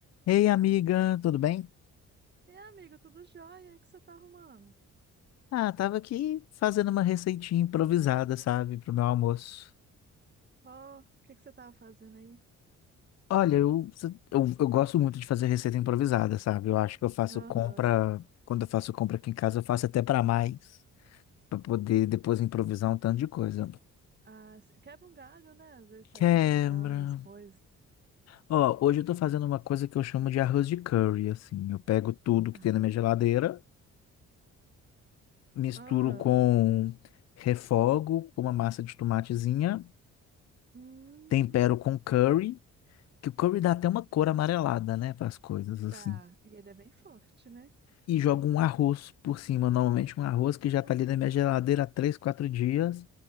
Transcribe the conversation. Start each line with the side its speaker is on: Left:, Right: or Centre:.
Left: Ei, amiga, tudo bem?
Right: E amigo, tudo jóia? O que você tá arrumando?
Left: Ah, tava aqui fazendo uma receitinha improvisada, sabe, pro meu almoço.
Right: Ó, o que que você tava fazendo aí?
Left: Olha, eu, eu, eu gosto muito de fazer receita improvisada, sabe? Eu acho que eu faço
Right: Aham.
Left: compra, quando eu faço compra aqui em casa, eu faço até pra mais, pra poder depois improvisar um tanto de coisa.
Right: Ah, se- quebra um galho, né? Às vezes sai
Left: Quebra.
Right: inventando as coisas.
Left: Ó, hoje eu tô fazendo uma coisa que eu chamo de arroz de curry, assim. Eu pego tudo que
Right: Arroz.
Left: tem na minha geladeira, misturo
Right: Ah,
Left: com refogo, com uma massa de tomatezinha,
Right: hum,
Left: tempero com curry. Que o curry dá até uma cor amarelada, né, para as coisas,
Right: dá.
Left: assim.
Right: E ele é bem forte, né?
Left: E jogo um arroz por cima, normalmente um arroz que já tá
Right: Ah,
Left: ali na minha geladeira há três, quatro dias.